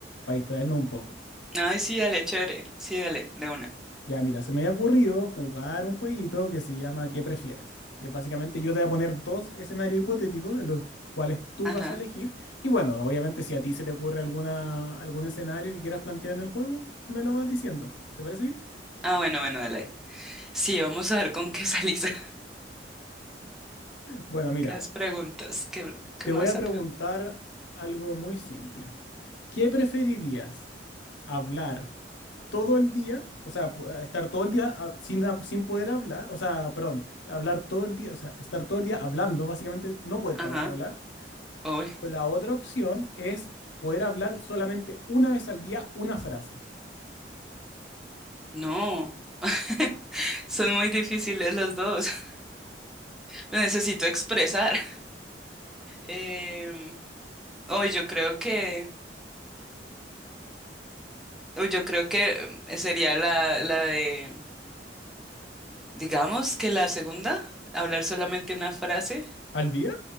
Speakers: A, on the left (about 80°); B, in the centre.
A: distraernos un poco.
B: Ay, sí, dale, chévere. Sí, dale, de una.
A: Ya, mira, se me había ocurrido jugar un jueguito que se llama ¿Qué prefieres? Y básicamente yo te voy a poner dos escenarios hipotéticos en los cuales tú
B: Ajá.
A: vas a elegir. Y bueno, obviamente si a ti se te ocurre alguna, algún escenario que quieras plantear en el juego, me lo vas diciendo. ¿Te parece bien?
B: Ah, bueno, bueno, dale. Sí, vamos a ver con qué salís. <laughs>
A: Bueno, mira,
B: ¿Qué has preguntas? ¿Qué, qué
A: te
B: me
A: voy
B: vas
A: a preguntar
B: a preguntar?
A: algo muy simple. ¿Qué preferirías? ¿Hablar todo el día? O sea, pu- eh, estar todo el día ah, sin, hab- sin poder hablar. O sea, perdón, hablar todo el día, o sea, estar todo el día hablando, básicamente no poder
B: Ajá.
A: parar de hablar
B: Uy,
A: O la otra opción es poder hablar solamente una vez al día una frase.
B: no. <laughs> Son muy difíciles las dos. <laughs> Lo necesito expresar. Em, Hoy yo creo que, uy, yo creo que eh, sería la, la de, digamos que la segunda, hablar solamente una frase.
A: ¿Al día?